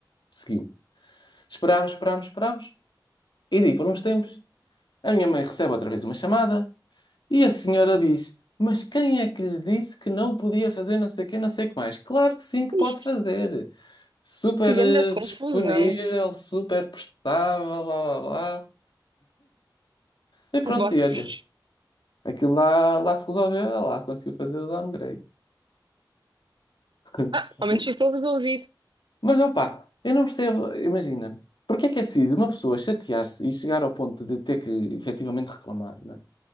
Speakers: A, on the left; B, on the right.
A: seguiu. Esperámos, esperámos, esperámos. E daí, por uns tempos, a minha mãe recebe outra vez uma chamada. E a senhora diz, Mas quem é que lhe disse que não podia fazer não sei o quê, não sei o que mais? Claro que sim, que pode
B: Isto,
A: fazer. Super
B: que grande
A: eh,
B: confusão.
A: disponível, super prestável, blá blá blá. E pronto,
B: Vocês.
A: e olha, aquilo lá, lá se resolveu, ela lá conseguiu fazer o downgrade. <laughs>
B: Ah, ao menos ficou resolvido.
A: Mas opá, eu não percebo, imagina, porque é que é preciso uma pessoa chatear-se e chegar ao ponto de ter que efetivamente reclamar, não é?